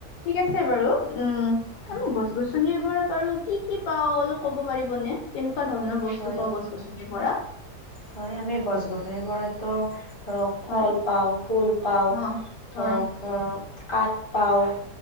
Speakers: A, on the left; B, on the left.
A: ঠিক আছে বাৰু উম
B: উম,
A: আমি গছ গছ গছনিৰ পৰা পাৰো কি কি পাও অলপ ক'ব পাৰিবনেে কেনেকুৱা ধৰণৰ বস্তু
B: হয়
A: পাও গছ গছনিৰ পৰা
B: হয় আমি গছ গছনিৰ পৰাতো ধৰক ফল
A: হয়
B: পাওঁ ফুল পাও
A: অ হয়
B: ধৰক অ কাঠ পাওঁ